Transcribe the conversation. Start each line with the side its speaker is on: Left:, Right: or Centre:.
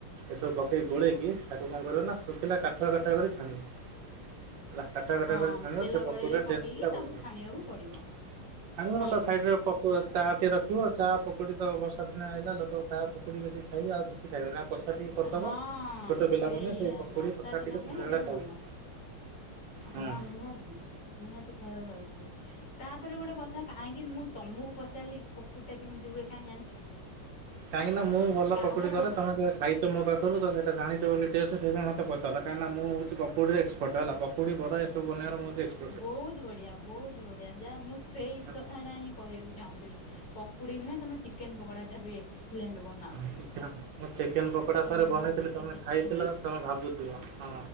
Right: ଏସବୁ ପକେଇ ଗୋଳେଇକି ତାକୁ କଣ କରିବ ନା ଶୁଖିଲା କାଠୁଆ କାଠୁଆ କରି ଛାଣିବ। ହେଲା କାଠୁଆ କାଠୁଆ
Left: ହଁ
Right: କରି ଛାଣିବ
Left: ତେଲ
Right: ସେ ପକୁଡ଼ିର
Left: କଡେଇରେ ପକେଇକି
Right: ଟେଷ୍ଟଟା
Left: ତାକୁ
Right: ବଢିଆ
Left: ଛାଣିବାକୁ
Right: ହବ୍।
Left: ପଡିବ
Right: ଆଉ ମୁଁ
Left: ନାଇଁ
Right: ତା ସାଇଡ
Left: କି?
Right: ରେ ପ ତ ଚା ଟେ ରଖିବ ଚା ପକୁଡି ତ ବର୍ଷା ଦିନ ଆଇଲା ଲୋକ ଚା ପକୁଡି ବେଶୀ ଖାଇବେ ଆଉ କି ସେ ଖାଇବେ ନା କଷା ଟିକେ କରିଦବ
Left: ହଁ
Right: ଛୋଟ ପିଲାମାନେ
Left: ସେଇଆ
Right: ସେଇ ପକୁଡ଼ି
Left: ବର୍ଷା
Right: କଷା
Left: ଦିନ
Right: ଟିକେ
Left: ପାଇଁ
Right: ସନ୍ଧ୍ୟାବେଳେ
Left: ଏଇଟା
Right: ଖାଇବେ।
Left: ଭଲ ହଁ
Right: ହୁଁ
Left: ନିହାତି ନିହାତି ଖାଇବା ଦରକାର। ତାପରେ ଗୋଟେ କଥା କାହିଁକି ମୁଁ ତମକୁ ପଚାରିଲି ପକୁଡି ଟା କେମିତି ହୁଏ କାହିଁ ଜାଣିଛ?
Right: କାହିଁକି ନା ମୁଁ ଭଲ
Left: କାରଣ
Right: ପକୁଡି କରେ ତମେ ସେ ଖାଇଛ ମୋ ପାଖରୁ ତ ସେଟା ଜାଣିଛ ବୋଲି ଟେଷ୍ଟ ସେଥିପାଇଁ ମତେ ପଚାରିଲ କାହିଁକିନା ମୁଁ ହଉଚି ପକୁଡିରେ ଏକ୍ସପର୍ଟ ହେଲା ପ ପକୁଡି, ବରା ଏସବୁ ବନେଇବାର ମୁଁ ହଉଚି ଏକ୍ସ
Left: ବହୁତ ବଢିଆ ବହୁତ ବଢିଆ ଯାହା ମୁଁ ସେଇଠୀ
Right: ହେଲା
Left: କଥାଟା ହିଁ। କହିବାକୁ ଚାହୁଁଥିଲି ପକୁଡି ନୁହେଁ ତମେ ଚିକେନ ପକୋଡା ଟା ବି ଏକ୍ସଲେଣ୍ଟ ବ
Right: ହୁଁ ଚିକେନ ମୁଁ ଚିକେନ ପକୋଡା ଥରେ
Left: ବି
Right: ବନେଇଥିଲି
Left: ଭାବୁଛି
Right: ତମେ
Left: କିଛି
Right: ଖାଇଥିଲ ତମେ ଭାବୁଥିବ ହଁ।